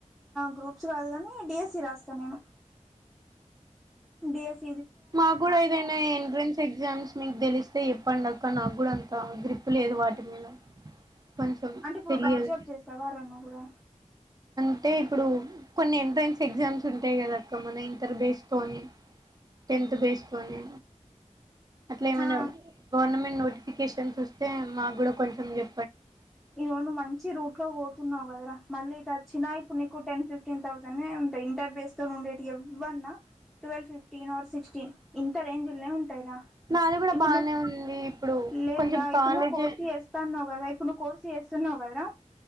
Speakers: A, in the centre; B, on the right.
A: గ్రూప్స్ కాదు కాని డిఎస్సి రాస్తాను నేను డిఎస్
B: మాకు కూడా ఏదైనా ఎంట్రన్స్ ఎగ్జామ్స్ మీకు తెలిస్తేప్పు అప్పండక్క నాకు కూడా అంతా గ్రిప్పు లేదు వాటి మీద కొంచెం
A: అంటే ఇప్పుడు
B: తెలియదు
A: గౌట్ జాబ్ చేస్తావారా నువ్వు కూడా
B: అంటే ఇప్పుడు కొన్ని ఎంట్రన్స్ ఎగ్జామ్స్ ఉంటాయి కదాక్క మన ఇంటర్ బేస్ తోని టెన్త్ బేస్తోనీ అట్లా ఏమైనా
A: ఆ
B: గవర్నమెంట్ నోటిఫికేషన్స్ వస్తే మాకు కూడా కొంచెం చె
A: ఇవను మంచి రూట్ లో పోతున్నా గద్రా మళ్ళీ ఇటు వచ్చినా ఇప్పుడు నీకు టెన్ ఫిఫ్టీన్ థౌసండ్ ఉంటాయి ఇంటర్బేస్ తో ఉండేవి ఎవన్నా ట్వెల్వ్ ఫిఫ్టీన్ ఆర్ సిక్స్టీన్ ఇంత రేంజ్ల్నే ఉంటాయిరా
B: నాది కూడా
A: ఇప్పుడు
B: బానే
A: నువ్వు
B: ఉంది ఇప్పుడు
A: లేదురా
B: కొంచెం
A: ఇప్పుడు
B: కాలేజీ
A: నువ్వు కోర్సి జేస్తాన్నావు కదా ఇప్పుడు ను్ కోర్స్ చేస్తున్నావు కదరా